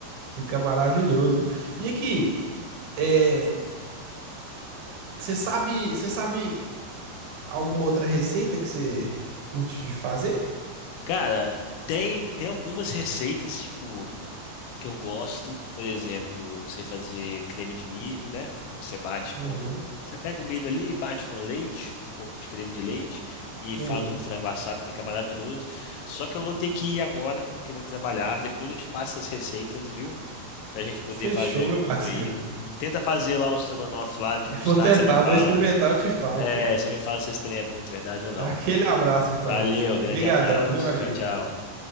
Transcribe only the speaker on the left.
Cara, tem, tem algumas receitas, tipo. que eu gosto, por exemplo, eu sei fazer creme de milho, né? Que você bate
com. Você pega o milho ali, bate com leite, um pouco de creme de leite, e faz
um frango assado, fica maravilhoso. Só que eu vou ter que ir agora, porque eu vou trabalhar. Depois eu te passo as receitas, viu? Pra gente poder
fazer
junto
aí. E tenta fazer lá o estrogonofe lá de
mostarda,
você me fala.
É,
você me fala se esse trem é bom de verdade ou não.
Valeu,
grande abraço.
Tchau, tchau.